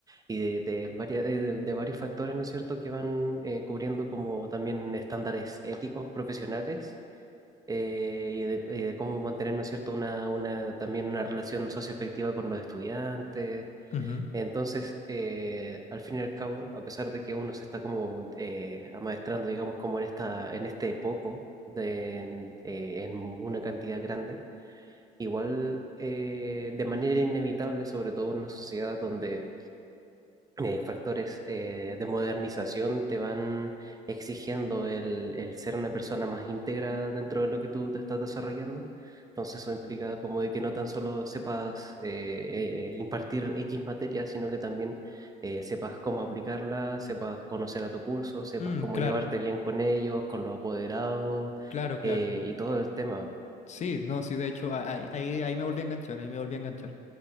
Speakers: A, on the right (about 20°); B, on the left (about 45°).
A: y de, de varias- de- de varios factores, ¿no es cierto?, que van eh, cubriendo como también estándares éticos, profesionales, eh, y de, y de cómo mantener, ¿no es cierto?, una, una, también una relación socioafectiva con los estudiantes.
B: Ujú.
A: Entonces, eh, al fin y al cabo, a pesar de que uno se está como eh, amaestrando, digamos, como en esta, en este poco, de, en eh, en una cantidad grande, igual eh, de manera inevitable, sobre todo en una sociedad donde eh, factores eh, de modernización te van exigiendo el, el ser una persona más íntegra dentro de lo que tú te estás desarrollando. Entonces eso implica como de que no tan solo sepas eh, eh, impartir X materia, sino que también eh, sepas cómo aplicarla, sepas conocer a tu curso, sepas
B: Mm,
A: cómo
B: claro,
A: llevarte bien con ellos, con los apoderados
B: claro, claro.
A: eh, y todo el tema.
B: Sí, no, sí, de hecho, a- ahí, ahí, ahí me volví a enganchar, ahí me volví a enganchar.